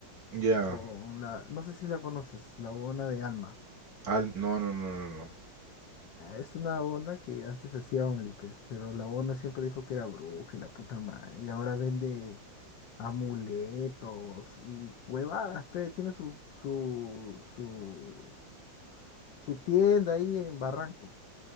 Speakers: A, on the right; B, on the left.
A: Ya.
B: con la, no sé si la conoces, la huevona de Alma.
A: Al- No, no, no, no, no.
B: Ya, Es una huevona que antes hacía Only, pues, pero la huevona siempre dijo que era bruja y la puta madre. Y ahora vende amuletos y huevadas, pe. Tiene su, su, su, su tienda ahí en Barranco.